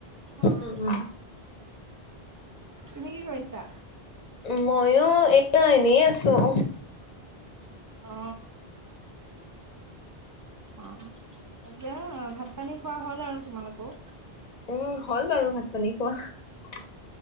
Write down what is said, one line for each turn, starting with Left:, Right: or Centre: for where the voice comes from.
Right: অ'।
Left: উম উম।
Right: তুমি কি কৰিছা?
Left: মইও এতিয়া এনেই আছোঁ।
Right: অ
Left: <inaudible>
Right: অ' এতিয়া ভাত পানী খোৱা হল আৰু তোমালোকেও?
Left: উম হ'ল বাৰু ভাত পানী খোৱা।